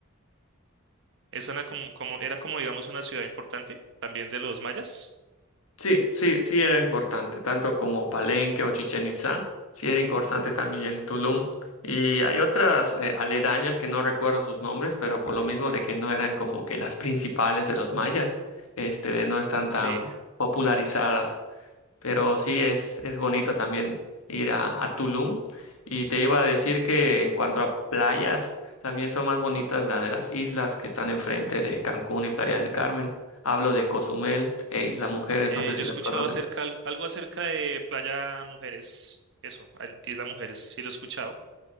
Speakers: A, on the right; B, on the left.
A: Es una como, como, era como, digamos, una ciudad importante también de los mayas.
B: Sí, sí, sí era importante, tanto como Palenque o Chichen Itza. sí era importante también Tulum. Y hay otras eh, aledañas que no recuerdo sus nombres, pero por lo mismo de que no eran como que las principales de los mayas, este, no están
A: Sí.
B: tan popularizadas. Pero sí es, es bonito también ir a, a Tulum. Y te iba a decir que en cuanto a playas, también son más bonitas las de las islas que están enfrente de Cancún y Playa del Carmen. Hablo de Cozumel e Isla Mujeres,
A: Eh,
B: no sé si
A: yo he
B: las
A: escuchado
B: conoces.
A: acerca, al- algo acerca de Playa Mujeres. Eso, al- Isla Mujeres, sí lo he escuchado.